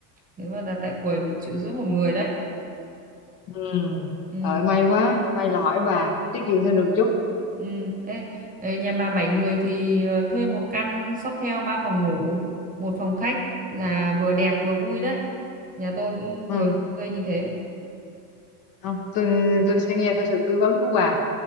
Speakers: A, on the right (about 15°); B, on the left (about 45°).
A: nếu mà đặt tại quầy phải triệu rưỡi một người đấy
B: ừ.
A: ừ
B: Rồi, may quá may là hỏi bà tiết kiệm thêm được chút
A: ừ ê, ê, nhà bà bảy người thì ờ, thuê một căn Sofitel ba phòng ngủ một phòng khách là vừa đẹp vừa vui đấy nhà tôi cũng
B: ừ.
A: vừa thuê như thế
B: không tôi tôi sẽ nghe theo sự tư vấn của bà